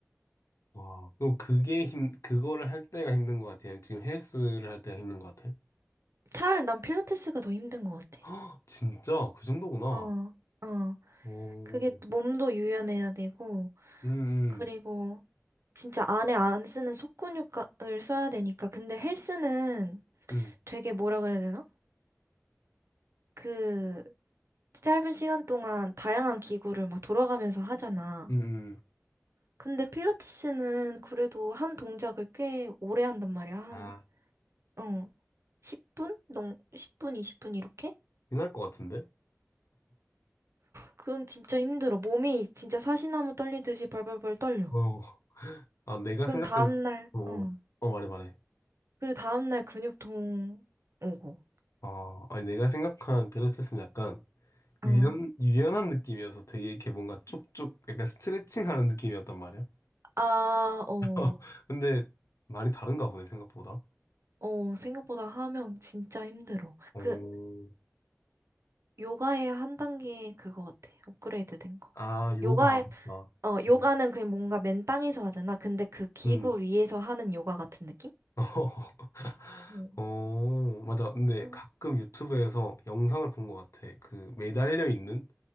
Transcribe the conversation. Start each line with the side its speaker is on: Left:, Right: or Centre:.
Left: 와, 그럼 그게 힘, 그거를 할 때가 힘든 것 같아요. 지금 헬스를 할 때가 힘든 것 같아요.
Right: 차라리 난 필라테스가 더 힘든 것 같아.
Left: 헉, <gasps> 진짜 그 정도구나.
Right: 어, 어.
Left: 오,
Right: 그게 또 몸도 유연해야 되고,
Left: 음, 음,
Right: 그리고 진짜 안에 안 쓰는 속근육을 써야 되니까. 근데 헬스는
Left: 음,
Right: 되게 뭐라 그래야 되나? 그 짧은 시간 동안 다양한 기구를 막 돌아가면서 하잖아.
Left: 음, 음.
Right: 근데 필라테스는 그래도 한 동작을 꽤 오래 한단 말이야. 한,
Left: 아,
Right: 어, 10분? 농, 10분, 20분 이렇게?
Left: 빛날 것 같은데?
Right: 그럼 진짜 힘들어. 몸이 진짜 사시나무 떨리듯이 벌벌벌 떨려.
Left: 어, 아, 내가
Right: 그럼
Left: 생각한,
Right: 다음날,
Left: 어,
Right: 어.
Left: 어, 말해, 말해.
Right: 그리고 다음날 근육통 오고.
Left: 아, 아니, 내가 생각한 필라테스는 약간 유연,
Right: 어.
Left: 유연한 느낌이어서 되게 이렇게 뭔가 쭉쭉 약간 스트레칭 하는 느낌이었단 말이야.
Right: 아, 어.
Left: <laughs> 근데 많이 다른가 보네, 생각보다.
Right: 어, 생각보다 하면 진짜 힘들어.
Left: 어,
Right: 그, 요가의 한 단계 그거 같아. 업그레이드 된 거.
Left: 아, 요가.
Right: 요가의
Left: 아,
Right: 어, 요가는
Left: 음.
Right: 그냥 뭔가 맨 땅에서 하잖아. 근데 그 기구
Left: 음.
Right: 위에서 하는 요가 같은 느낌?
Left: <laughs>
Right: 네.
Left: 어, 맞아. 근데
Right: 응,
Left: 가끔 유튜브에서 영상을 본 것 같아. 그 매달려 있는